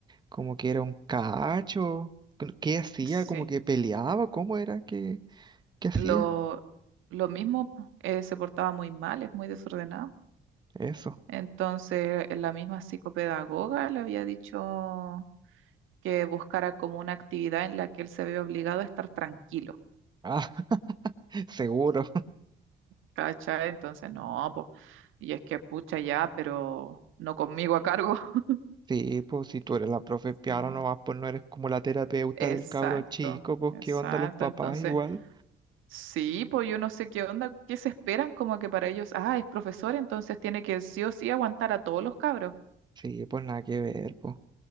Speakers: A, on the right; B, on the right.
A: como que era un cacho. ¿Qué hacía?
B: sí.
A: ¿Como que peleaba? ¿Cómo era que, que hacía?
B: Lo, lo mismo, po, eh, se portaba muy mal, es muy desordenado.
A: Eso.
B: Entonces, la misma psicopedagoga le había dicho que buscara como una actividad en la que él se ve obligado a estar tranquilo,
A: Ah, <laughs> seguro.
B: ¿cachai? Entonces, no, pues, y es que pucha ya, pero no conmigo a cargo. <laughs>
A: Sí, pues si tú eres la profe de piano
B: Sí,
A: nomás, pues no eres como la terapeuta
B: exacto,
A: del cabro chico, pues
B: exacto.
A: qué onda los papás
B: Entonces,
A: igual.
B: sí, pues yo no sé qué onda, qué se esperan como que para ellos, ah, es profesor, entonces tiene que sí o sí aguantar a todos los cabros.
A: Sí, pues nada que ver, pues.